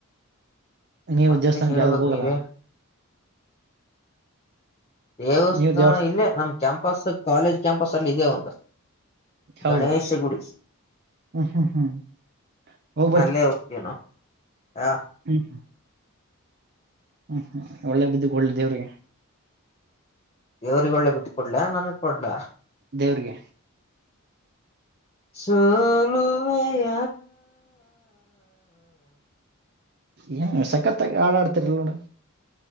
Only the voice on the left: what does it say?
ಮತ್ತೆ
ಹೇಳ್ಬೇಕ್
ನೀವೇ ದೇವಸ್ಥಾನ
ಇಲ್ಲೇ ನಮ್ ಕ್ಯಾಂಪಸ್ ಕಾಲೇಜ್ ಕ್ಯಾಂಪಸ್ ಅಲ್ಲಿ ಇದೆ ಒಂದು.
ಗಣೇಶ ಗುಡಿ
ನಲ್ಲೆ. ಏನು ಹಾ.
ದೇವ್ರಿಗೆ ಒಳ್ಳೆ ಬದು ಕೊಡ್ಲ ನನ್ಗ್ ಕೊಡ್ಲ.
ಸೋಲುವೆಯ.